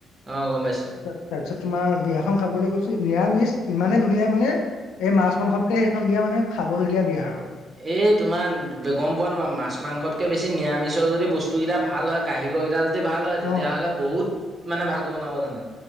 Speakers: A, on the right (about 25°); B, on the left (about 85°).
A: অ' গম পাইছোঁ।
B: তাৰপিছত তোমাৰ বিয়াখন খাবলৈ গৈছো নিৰামিষ ইমানে ধুনীয়া মানে এই মাছ মাংসতকে সেইখন বিয়া মানে খাবলগীয়া বিয়া আৰু
A: এই তোমাৰ গম পোৱা নোা মাছ মাংসতকে বেছি নিৰামিষৰ যদি বস্তু কেইটা ভাল হয় কাঁহী শকেইটা যদি ভাল হয় তেতিয়াহ'লে
B: অ
A: বহুত মানে ভালকে বনাব জানে